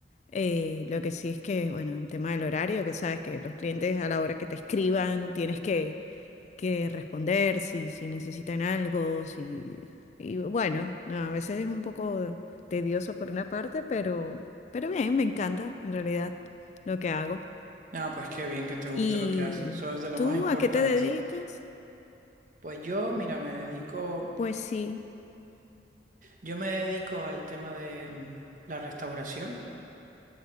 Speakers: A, on the left; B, on the right.
A: Eh, lo que sí es que, bueno, el tema del horario, que sabes que los clientes a la hora que te escriban tienes que que responder, si, si necesitan algo, si... Y bueno, no, a veces es un poco tedioso por una parte, pero, pero bien, me encanta en realidad lo que hago.
B: Ah, pues qué bien que te guste
A: ¿Y
B: lo que haces, eso es de lo
A: tú
B: más importante.
A: a qué te dedicas?
B: Pues yo, mira, me dedico,
A: Pues sí,
B: yo me dedico al tema de mm, la restauración,